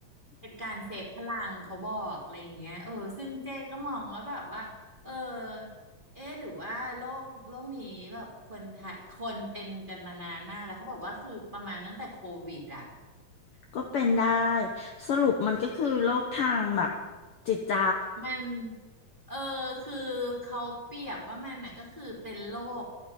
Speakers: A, on the right; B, on the left.
A: เป็นการเซฟพลังเขาบอกอะไรอย่างเงี้ยเออซึ่งเจ๊ก็มองว่าแบบว่าเออเอ๊ะหรือว่าโลกโลกนี้แบบคนไทยคนเป็นกันมานานมากแล้วเขาบอกว่าคือประมาณตั้งแต่โควิดอ่ะ
B: ก็เป็นได้สรุปมันก็คือโรคทางแบบจิตใจ
A: มันเออคือเขาเปรียบว่ามันน่ะก็คือเป็นโรค